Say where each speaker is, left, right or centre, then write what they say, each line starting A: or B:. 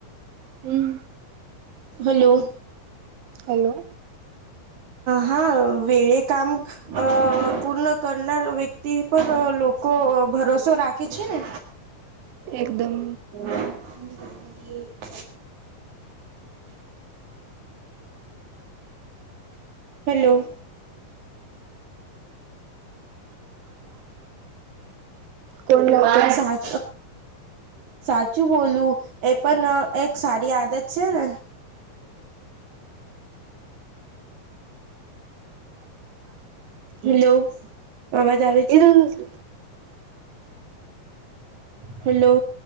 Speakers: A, on the right; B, on the right.
A: હમ
B: હલો
A: હલો
B: હા વેળ કામ અ પૂર્ણ કરનાર વ્યક્તિ પર લોકો ભરોસો રાખે છે ને
A: એકદમ
B: <inaudible> હેલો
A: કો મા
B: સા સાચું બોલું એ પણ એક સારી આદત છેાલ હેલો અવાજ આવે
A: એ
B: છે
A: તો શ
B: હલો